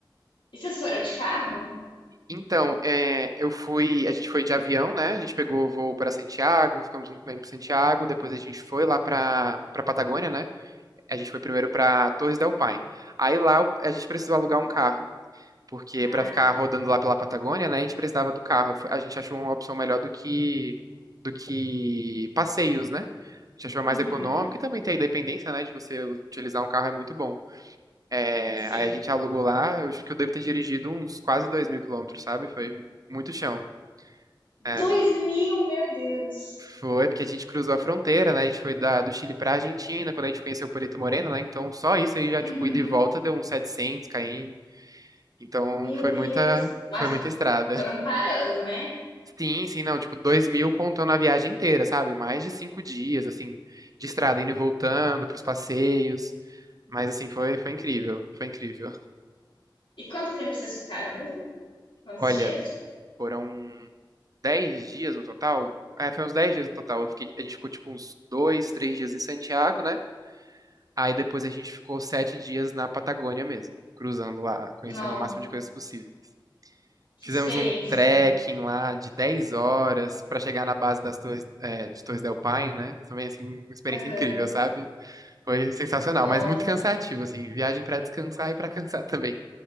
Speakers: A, on the left; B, on the right.
A: e vocês foram de carro?
B: Então, é, eu fui, a gente foi de avião, né? A gente pegou o voo pra Santiago, ficamos um tempo em Santiago, depois a gente foi lá pra para Patagônia, né? A gente foi primeiro pra Torres del Paine. Aí lá a gente precisou alugar um carro, porque
A: Ah,
B: pra ficar rodando lá pela Patagônia, né, a gente precisava do carro. Foi- A gente achou uma opção melhor do que do que passeios, né? A gente achou mais
A: uhum,
B: econômico e também tem a independência, né, de você utilizar um carro é muito bom. É,
A: sim.
B: aí a gente alugou lá, eu acho que eu devo ter dirigido uns quase dois mil quilômetros, sabe? Foi muito chão.
A: Dois
B: é.
A: mil, meu Deus.
B: Foi, porque a gente cruzou a fronteira, né? A gente foi da, do Chile pra Argentina, quando a gente conheceu Perito Moreno, né? Então, só isso aí já,
A: Uhum,
B: tipo, ida e volta deu uns 700 km. Então,
A: meu
B: foi
A: Deus.
B: muita,
A: Mas
B: foi muita estrada.
A: foram
B: <laughs>
A: parando, né?
B: Sim, sim, não, tipo, dois mil contando a viagem inteira, sabe? Mais de cinco dias, assim, de estrada, indo e voltando, pros passeios. Mas, assim, foi, foi incrível, foi incrível.
A: E quanto tempo vocês ficaram mesmo? Quantos
B: Olha,
A: dias?
B: foram 10 dias no total. É, foi uns 10 dias no total. Eu fiquei- a gente ficou, tipo, uns dois, três dias em Santiago, né? Aí depois a gente ficou sete dias na Patagônia mesmo, cruzando lá, conhecendo
A: Nossa,
B: o máximo de coisas possíveis.
A: que
B: Fizemos
A: experiência.
B: um trekking lá de 10 horas pra chegar na base das Torres, é, de Torres del Paine, né? Também, assim, uma experiência
A: Aham.
B: incrível, sabe? Foi sensacional,
A: Nossa.
B: mas muito cansativo, assim. Viagem pra descansar e pra cansar <laughs> também.